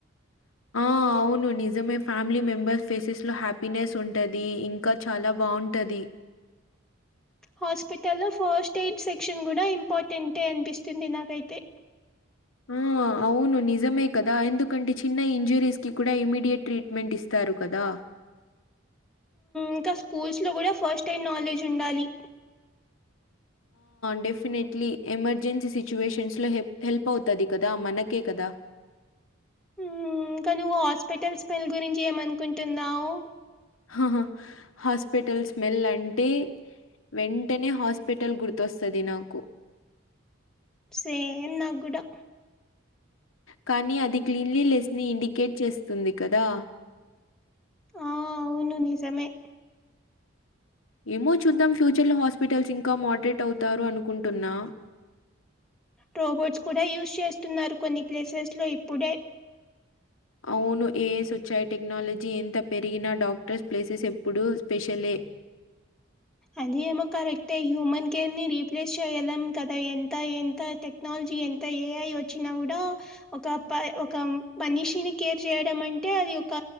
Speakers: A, on the left; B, in the centre.
A: ఆవును నిజమే ఫ్యామిలీ మెంబెర్స్ ఫేసెస్ లో హ్యాపీనెస్ ఉంటది ఇంకా చాలా బాగుంటది
B: హాస్పిటల్ లో ఫస్ట్ ఎయిడ్ సెక్షన్ కూడా ఇంపార్టెంట్ అంటే అనిపిిస్తంది ద నాకైతే
A: ఆ అవు ను నిజమే కదా ఎందుకంటే చిన్న ఇంజురీస్ కి కూడా ఇమీడియట్ ట్రీట్మెంట్ ఇస్తారు కదా
B: ఇంకా స్కూల్స్ లో కూడా ఫస్ట్ టైం నాలెడ్జ్ ఉండాలి
A: డెఫినెట్లీ ఎమర్జెన్సీ సిచ్యువేషన్స్ లో హె హెల్ప్ అవుతది కదా మనకే కదా
B: ఇంకా నువ్వు హాస్పిటల్స్ పెల్ గురించి ఏమనుకుంటున్నావ్
A: హా హాస్పిటల్ స్మెల్ అంటే వెంటనే హాస్పిటల్ గుర్తొస్తుది నాకు
B: సేమ్ నా కూడా
A: కానీ అది క్లీన్లీనెస్ ని ఇండికేట్ చేస్తుంది కదా
B: ఆ అవును నిజమే
A: ఏమో చూద్దాం ఫ్యూచర్ లో హాస్పిటల్స్ ఇంకా మోడరేట్ అవుతారు అనుకుంటున్నా
B: రోబోట్స్ కూడా యూజ్ చేస్తున్నారు కొన్ని ప్లేసెస్ లో ఇప్పుడే
A: అవును ఏఐ సచ్చాయి టెక్నాలజీ ఎంత పెరిగినా డాక్టర్స్ ప్లేసెస్ ఎప్పుడూ స్పెషలే
B: అది ఏమో కరెక్ట్ హ్యూమన్ కేర్ ని రీప్లేస్ చెయ్యలం కదా ఎంత ఎంత టెక్నాలజీ ఎ ఇంత ఏ అఐ వచ్చినా కూడా ఒక ఒక మనిషిని కేర్ చేయడం అంటే అది ఒక